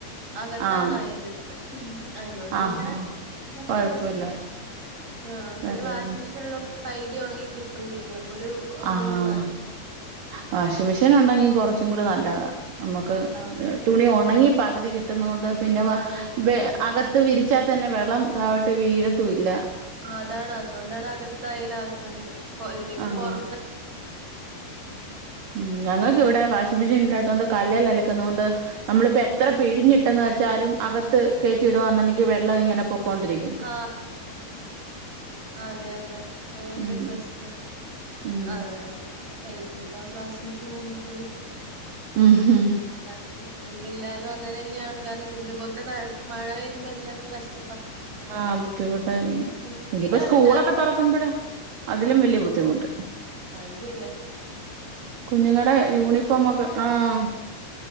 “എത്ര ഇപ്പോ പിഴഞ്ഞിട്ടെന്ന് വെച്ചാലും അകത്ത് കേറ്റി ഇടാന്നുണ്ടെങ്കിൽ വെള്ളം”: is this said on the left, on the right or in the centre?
Right